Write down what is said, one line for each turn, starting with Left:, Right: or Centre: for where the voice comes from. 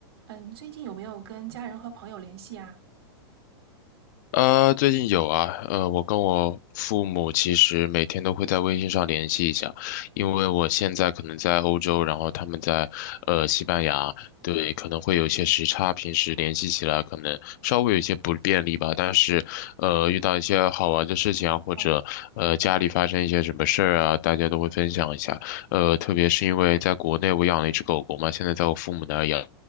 Right: 嗯，最近有没有跟家人和朋友联系啊？
Left: 呃，最近有啊，呃，我跟我父母其实每天都会在微信上联系一下，因为我现在可能在欧洲，然后他们在呃西班牙，对，可能会有一些时差，平时联系起来可能稍微有一些不便利吧，但是呃遇到一些好玩的事情啊，或者呃家里发生一些什么事儿啊，
Right: 哦，
Left: 大家都会分享一下，呃，特别是因为在国内我养了一只狗狗嘛，现在在我父母那儿养，